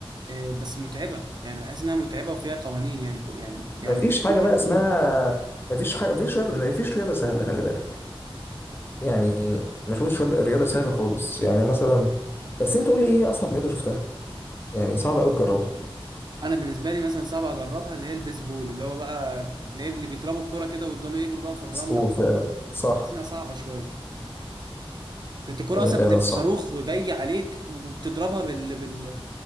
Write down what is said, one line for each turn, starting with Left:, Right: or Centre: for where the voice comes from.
Right: آه، بس متعبه يعني بحس انها متعبه وفيها قوانين يعني كو- يعني يعني
Left: مفيش
Right: مش
Left: حاجه
Right: كل حد
Left: بقى اسمها
Right: بيفهم.
Left: مفيش حاجه مفيش رياضه مفيش رياضه سهله خلي بالك يعني مفيش رياضه رياضة سهله خالص يعني مثلا بس انت قول لي ايه اصعب رياضه شفتها يعني صعب قوي تجربها
Right: انا بالنسبه لي مثلا صعب اجربها اللي هي البيسبول اللي هو بقى اللي هي اللي بيضربوا الكوره كده ويفضلوا يجروا بقى في الرمله
Left: قول
Right: وكده
Left: فعلا صح
Right: بحس انها صعبه شويه ده انت الكرة
Left: هي
Right: اصلا
Left: فعلا
Right: بتبقى
Left: صعب
Right: صاروخ جاي عليك وبتضربها بال بال